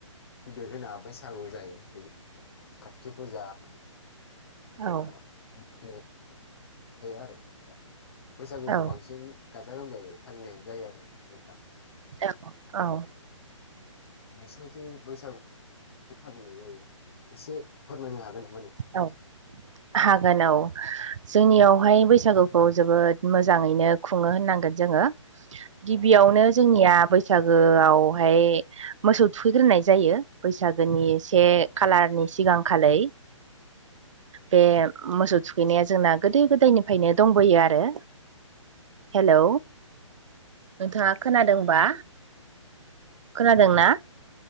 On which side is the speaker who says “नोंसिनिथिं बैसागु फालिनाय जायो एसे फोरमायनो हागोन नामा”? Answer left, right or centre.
Left